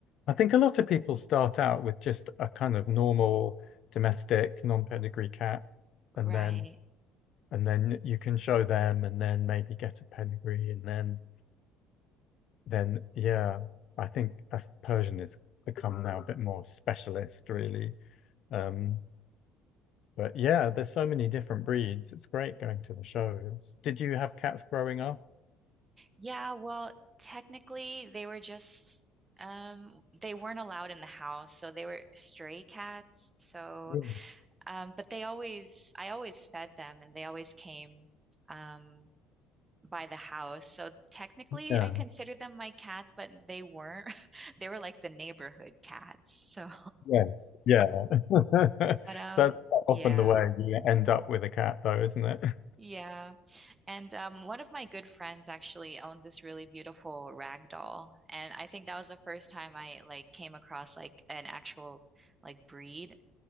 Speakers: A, on the left; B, on the right.
A: I think a lot of people start out with just a kind of normal domestic non-pedigree cat, and
B: Right.
A: then and then you can show them, and then maybe get a pedigree, and then then yeah, I think as Persian has become now a bit more specialist, really. Um, But yeah, there's so many different breeds. It's great going to the shows. Did you have cats growing up?
B: Yeah, well, technically they were just um they weren't allowed in the house, so they were stray cats. So
A: Yeah.
B: um but they always I always fed them and they always came. Um by the house. So technically,
A: Yeah,
B: I consider them my cats, but they weren't. <laughs> They were like the neighborhood cats. So,
A: yeah, yeah.
B: <laughs>
A: <laughs>
B: but um,
A: That's often
B: yeah.
A: the way you end up with a cat, though, isn't it?
B: Yeah. And um, one of my good friends actually owned this really beautiful rag doll. And I think that was the first time I like came across like an actual like breed.